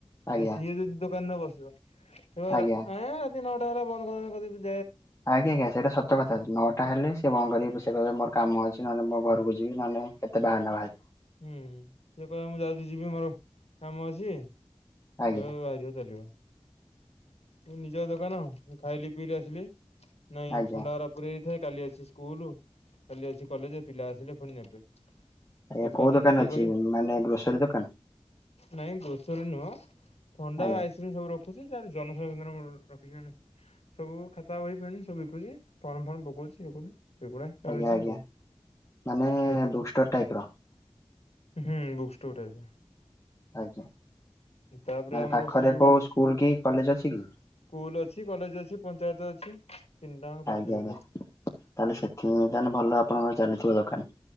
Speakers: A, on the left; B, on the left.
A: ଆଜ୍ଞା
B: ତେ ସିଏ ଯଦି ଦୋକାନରେ ବସିବ ହେବ
A: ଆଜ୍ଞା
B: ରା ଆଏଁ ରାତି ନଅଟା ହେଲା ବନ୍ଦ କରିନି କରିଦେଇ ବି
A: ଆଜ୍ଞା ଆଜ୍ଞା ସେଟା ସତ କଥା। ନଅଟା ହେଲେ ସିଏ ବନ୍ଦ କରିବେ ପ ସି କହିବେ ମୋର କାମ ଅଛି ନହେନେ ମୋ ଘରୁକୁ ଯିବି ନହେନେ କେତେ ବାହାନା ବାହାରିବ।
B: ହୁଁ ସେ କହିବ ମୁଁ ଯାଉଚି ଯିବି ମୋର କାମ ଅଛି
A: ଆଜ୍ଞା
B: କହିବ ବାହାରିବ ଚାଲିବ। ଉଁ ନିଜ ଦୋକାନ ଏଁ ଖାଇଲି ପିଇଲି ଆସିଲି ନାଇଁ
A: ଆଜ୍ଞା
B: ଥଣ୍ଡାଏରା ପୁରେଇ ଥାଏ କାଲି ଅଛି ସ୍କୁଲୁ କାଲି ଅଛି କଲେଜେ ପିଲା ଆସିଲେ ଫୁଣି ନେବେ।
A: ଆଜ୍ଞା
B: ବେପାର
A: କୋଉ
B: ଟା
A: ଦୋକାନ
B: ନିଜେ
A: ଅଛି
B: କରିବି
A: ମାନେ ଗ୍ରୋସରୀ ଦୋକାନ୍?
B: ନାଇଁ ଗ୍ରୋସରୀ ନୁଅଁ ଥଣ୍ଡା
A: ଆଜ୍ଞା।
B: ଆଇସ୍କ୍ରିମ୍ ସବୁ ରଖୁଚି ଯାର ଜନସାରଓକାନ ଗୋ ରଖିଚି ହେନେ ସବୁ ଖାତା ବହି ପେନ୍ ସବୁ ବିକୁଚି ଫର୍ମ ଫର୍ମ ପକଉଚି ଇଏ କରୁଚି। ଏଗୁଡ଼ା ହଁ ଚାଲିଚି
A: ଆଜ୍ଞା ଆଜ୍ଞା
B: ଆଉ
A: ମାନେ
B: ଏପଟରେ
A: ବୁକ୍ ଷ୍ଟୋର ଟାଇପ ର
B: ହୁଁ ବୁକ୍ ଷ୍ଟୋର୍ ଟାଇପ୍ ର।
A: ଆଜ୍ଞା,
B: ତାପରେ
A: ମାନେ
B: ଆମର
A: ପାଖରେ
B: ସେ ଯୋଉ
A: କୋଉ ସ୍କୁଲ କି କଲେଜ? ଅଛି କି
B: ସ୍କୁଲ ଅଛି, କଲେଜ ଅଛି, ପଞ୍ଚାୟତ ଅଛି। ତିନିଟାଙ୍କ ପାଖରେ
A: ଆଜ୍ଞା,
B: ପୁରା
A: ଆଜ୍ଞା, ତାହେଲେ ସେଥି <unintelligible> ତାହେଲେ ଭଲ ଆପଣଙ୍କର ଚାଲିଥିବ ଦୋକାନ।